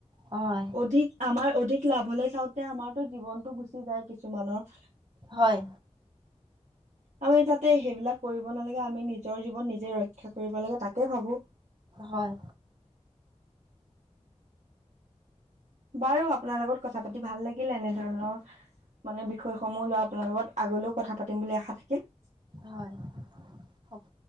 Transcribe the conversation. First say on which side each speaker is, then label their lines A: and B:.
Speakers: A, on the right (about 40°); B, on the right (about 80°).
A: হয়
B: অধিক আমাৰ অধিক লাভ হলে চাওঁতে আমাৰতো জীৱনতটো গুচি যায় কিছুমানৰ।
A: হয়।
B: <inaudible> আমি তাতে সেইবিলাক কৰিব নালাগে আমি নিজৰ জীৱন নিজে ৰক্ষা কৰিব লাগে তাকে ভাবোঁ।
A: হয়।
B: বাৰু আপোনাৰ লগত কথা পাতি ভাল লাগিলে এনেধৰণৰ মানে বিষয়সমূহ লৈ আপোনাৰ লগত আগলৈও কথা পাতিম বুলি আশা থাকিল।
A: হয় হ'ব।